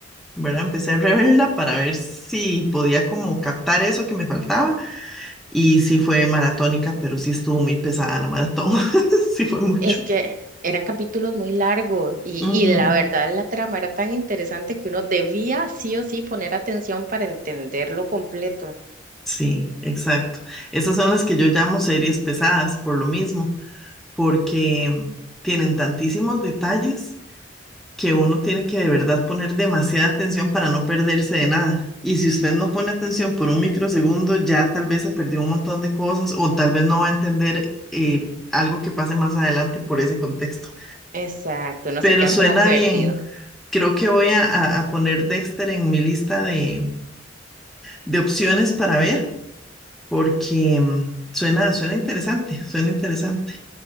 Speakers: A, in the centre; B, on the right.
A: ¿verdad? Empecé a reverla para ver si podía como captar eso que me faltaba y sí fue maratónica, pero sí estuvo muy pesada la maratón, <laughs> sí fue mucho.
B: Es que eran capítulos muy largos y,
A: Ujú,
B: y de la verdad la trama era tan interesante que uno debía sí o sí poner atención para entenderlo completo.
A: Sí, exacto. Esas son las que yo llamo series pesadas por lo mismo, porque tienen tantísimos detalles que uno tiene que de verdad poner demasiada atención para no perderse de nada. Y si usted no pone atención por un microsegundo, ya tal vez se perdió un montón de cosas o tal vez no va a entender eh, algo que pase más adelante por ese contexto.
B: Exacto, uno
A: Pero
B: se queda
A: suena
B: como perdido.
A: bien. Creo que voy a, a- a poner Dexter en mi lista de, de opciones para ver porque mm, suena, suena interesante, suena interesante.